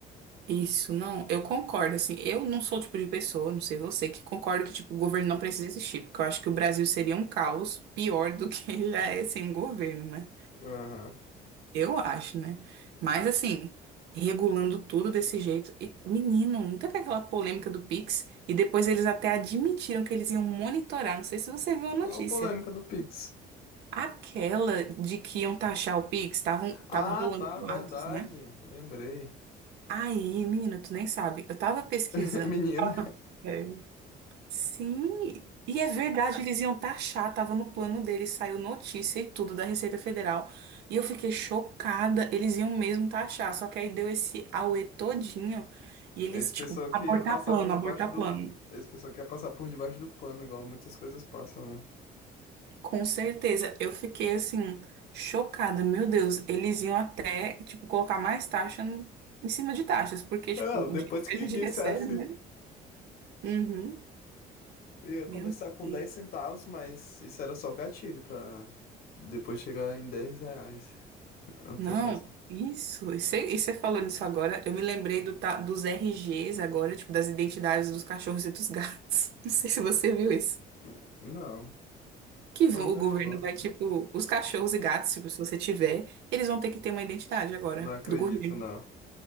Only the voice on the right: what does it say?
isso, não. Eu concordo, assim. Eu não sou o tipo de pessoa, não sei você, que concordo que, tipo, o governo não precisa existir, porque eu acho que o Brasil seria um caos pior do que <laughs> já é sem o governo, né?
Eu acho, né? Mas, assim. Regulando tudo desse jeito. E, menino, não teve aquela polêmica do Pix? E depois eles até admitiram que eles iam monitorar. Não sei se você viu a notícia
Aquela de que iam taxar o Pix, estavam,
tava rolando
boatos,
né?
Aí, menina, tu nem sabe. Eu tava pesquisando.
Tava- é. Sim, e é verdade, eles iam taxar, tava no plano deles, saiu notícia e tudo da Receita Federal. E eu fiquei chocada, eles iam mesmo taxar, só que aí deu esse auê todinho e eles,
tipo,
abortar
plano,
abortar
plano.
Com certeza, eu fiquei assim, chocada. Meu Deus, eles iam até, tipo, colocar mais taxa n- em cima de taxas, porque,
tipo, o
dinheiro que
a
gente <laughs> recebe, né? Uhum.
Meu
Deus.
Não,
isso. E você e você falando isso agora, eu me lembrei do, ta- dos RGs agora, tipo, das identidades dos cachorros e dos gatos. <laughs> Não sei se você viu isso.
Que vão-
o governo
vai, tipo, os cachorros e gatos, tipo, se você tiver, eles vão ter que ter uma identidade agora
do governo.